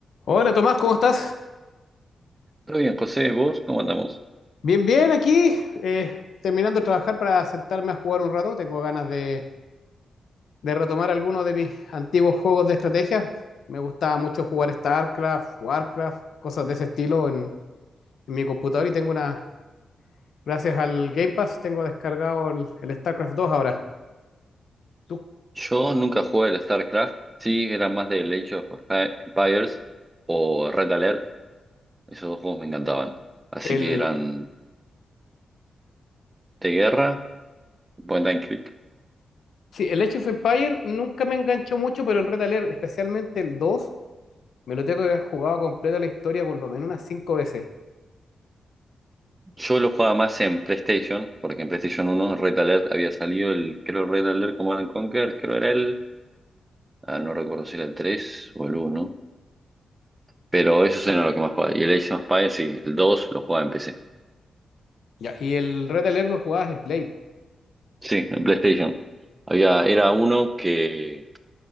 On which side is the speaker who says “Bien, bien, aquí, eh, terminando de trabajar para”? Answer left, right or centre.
Left